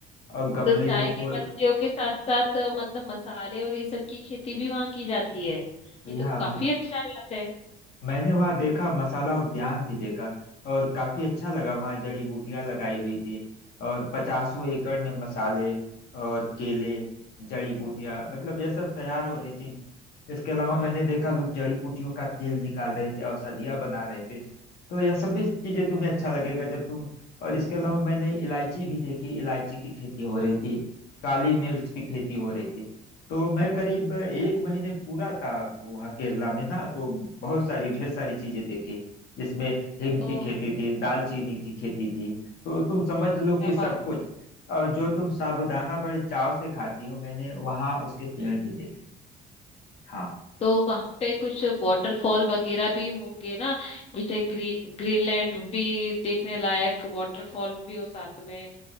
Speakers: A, on the left (about 75°); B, on the left (about 35°).
A: और गमले
B: तो चाय
A: में
B: की
A: फूल
B: पत्तियों के साथ साथ अ, मतलब मसाले और ये सब की खेती भी वहाँ की जाती है
A: जी
B: ये तो
A: हाँ
B: काफी अच्छा बात है
A: मैंने वहां देखा मसाला उद्यान भी देखा और काफी अच्छा लगा वहां जड़ी बूटियां लगाई हुई थी और पचासों एकड़ में मसाले और केले जड़ी बूटियां मतलब ये सब तैयार हो रही थी इसके अलावा मैंने देखा लोग जड़ी बूटियों का तेल निकाल रहे थे औषधियां बना रहे थे तो यह सब भी चीजें तुम्हें अच्छा लगेगा जब तुम और इसके अलावा मैंने इलायची भी देखी इलायची की खेती हो रही थी काली मिर्च की खेती हो रही थी तो मैं करीब एक महीने पूरा था वहाँ केरला में ना तो बहुत सारी ढेर सारी चीजें देखी जिसमें हिंग
B: तो
A: की खेती थी दालचीनी की खेती थी तो तुम समझ लो
B: क्या
A: कि सब
B: बात
A: कुछ और जो तुम साबूदाना बड़े चाव से खाती हो मैंने वहाँ उसके पेड़ भी देखे हाँ
B: तो वहां पे कुछ वाटरफॉल वगैरह भी होंगे ना जैसे ग्रीन ग्रीनलैंड भी देखने लायक वाटरफॉल भी हो साथ में